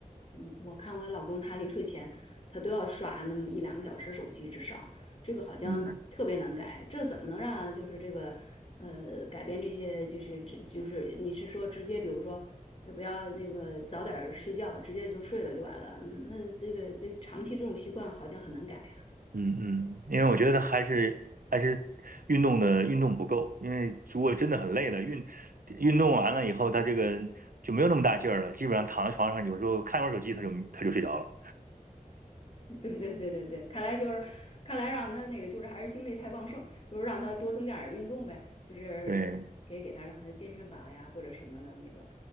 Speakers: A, on the left; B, on the right.
A: 嗯我看我老公他临睡前，他都要刷那么一两个小时手机至少，这个好像特别难改，
B: 嗯
A: 这怎么能让就是这个呃改变这些就是这就是你是说直接比如说也不要那个早点儿睡觉，直接就睡了就完了，嗯那这个这长期这种习惯好像很难改。
B: 嗯嗯，因为我觉得还是还是运动的运动不够，因为如果真的很累了，运运动完了以后，他这个就没有那么大劲儿了，基本上躺在床上，有时候看会儿手机，他就他就睡着了。
A: 对对对对对，看来就是，看来让他那个就是还是精力太旺盛，就是让他多增加点儿运动呗，就是可以给他让他健身房呀或者什么的那个，
B: 对